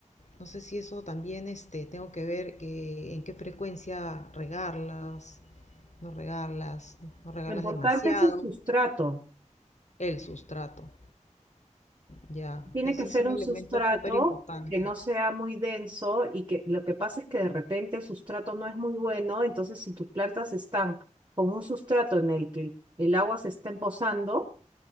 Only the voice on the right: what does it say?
Lo importante
es el sustrato.
Tiene
que ser
un
sustrato
que no sea muy denso y que lo que pasa es que de repente el sustrato no es muy bueno, entonces si tus plantas están con un sustrato en el que el agua se está empozando,